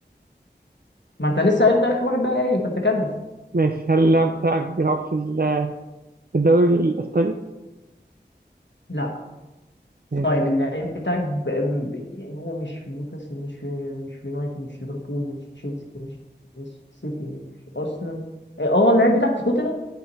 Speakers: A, on the left (about 80°); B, on the right (about 55°).
A: ما انت لسه قايل انت اخر واحد بقى قايل فانت كمل
B: ماشي هل اللاعب بتاعك بيلعب في ال- في الدوري الاسباني
A: لا
B: ماشي
A: طيب اللعيب بتاعك ب... ب- يعني هو مش في نيوكاسل مش في مش في يونايتد مش في ليفربول مش في تشيلسي مش مش في سيتي مش في ارسنال إيه، اه اللعيب بتاعك في توتنهام